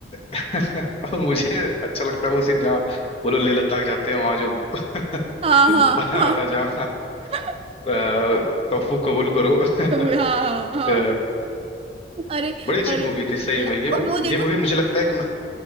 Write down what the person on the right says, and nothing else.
हाँ हाँ
हाँ
<laughs>
हाँ हाँ हाँ
अरे
और
और वो
देखो